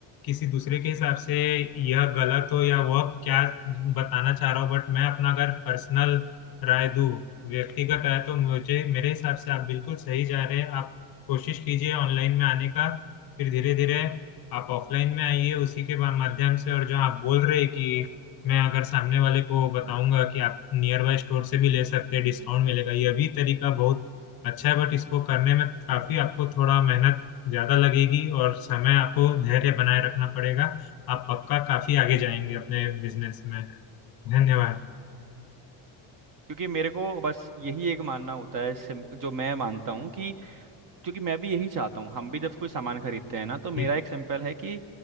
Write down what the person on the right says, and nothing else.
क्योंकि मेरे को बस यही एक मानना होता है सिम- जो मैं मानता हूँ कि क्योंकि मैं भी यही चाहता हूँ हम भी जब कोई सामान खरीदते हैं ना तो मेरा
एक सिंपल है कि